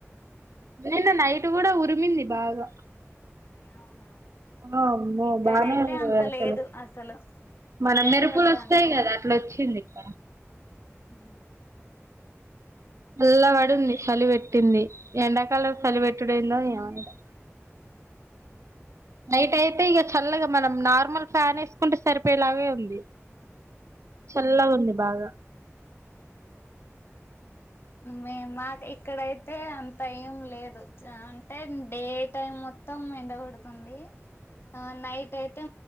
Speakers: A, on the left; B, on the right.
A: ఉమ్
B: నిన్న నైట్ కూడా ఉరిమింది బాగా
A: అవునా
B: ఆ అమ్మో
A: ఇక్కడైతే
B: బానే ఉంది
A: అంత
B: వరుసలు
A: లేదు అసలు
B: మన
A: ఎండనే
B: మెరుపులు
A: కొడతాంది
B: వస్తాయి కదా అట్లా వచ్చింది ఇక
A: ఉమ్
B: సల్ల పడింది చలి పెట్టింది ఎండాకాలం చలి పెట్టుడేందో ఏమో మామూలే నైట్ అయితే ఇక చల్లగా మనం నార్మల్ ఫ్యాన్ వేసుకుంటే సరిపోయేలాగే ఉంది చల్లవుంది బాగా
A: మే మాకు ఇక్కడయితే అంత ఏం లేదు అంటే డే టైం మొత్తం ఎండ కొడుతుంది ఆ నైట్ అయితే